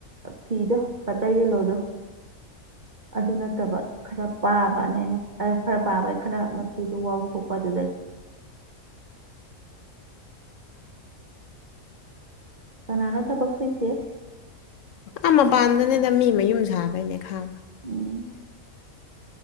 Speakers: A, on the right; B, on the left.
A: ꯐꯗ ꯄꯇꯥ ꯂꯣꯗꯣ ꯑꯗꯨ ꯅꯠꯇꯕ ꯈꯔ ꯄꯥꯕꯅ ꯑꯩꯅ ꯈꯔ ꯄꯥꯕꯒꯤ ꯈꯔ ꯃꯆꯨꯗꯨ ꯋꯥꯎꯊꯣꯛꯄ ꯑꯗꯨꯗꯒꯤ <unintelligible> ꯀꯅꯥꯅ ꯊꯕꯛ ꯁꯨꯏꯁꯦ
B: ꯑ ꯃꯄꯥꯟꯗꯅꯤꯗ ꯃꯤ ꯃꯌꯨꯝ ꯁꯥꯕꯩꯅꯦ ꯈꯥ
A: ꯎꯝ